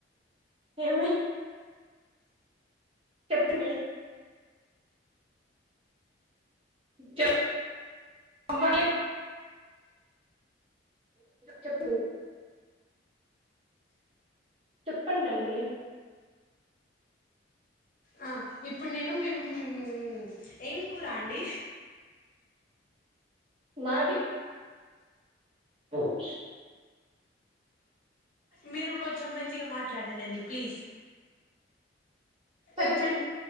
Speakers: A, on the right; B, on the left.
A: ఏమి చెప్పండి చెప్ నంబర్లే చెప్పు చెప్పండండి
B: ఆ ఇప్పుడు నేను మేము ఊమ్ ఏం కూరా అండి
A: మాది రోడ్స్
B: మీరు కొంచెం మంచిగ మాట్లాడండండి ప్లీజ్.
A: పచ్చడి
B: ఏం